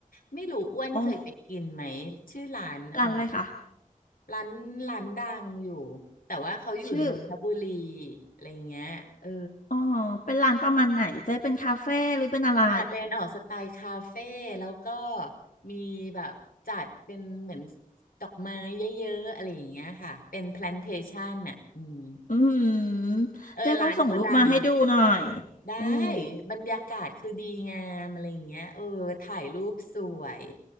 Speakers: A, on the left; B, on the left.
A: ไม่รู้อ้วนเคยไปกินไหมชื่อร้านอ่า
B: โอ้ร้านอะไรคะ
A: ร้านร้านดังอยู่แต่ว่าเขาอยู่นนทบุรี
B: ชื่อ
A: อะไรเงี้ยเออ
B: อ๋อเป็นร้านประมาณไหนเจ๊เป็นคาเฟ่หรือเป็นอะไร
A: อ่าเป็นออกสไตล์คาเฟ่แล้วก็มีแบบจัดเป็นเหมือนดอกไม้เยอะๆอะไรอย่างเงี้ยค่ะเป็นแพลนเทชันน่ะอืม
B: อืมเจ๊ต้องส่งรูปมาให้ดูหน่อย
A: เออร้านเขาดังได้
B: อืม
A: บรรยากาศคือดีงามอะไรอย่างเงี้ยเออถ่ายรูปสวย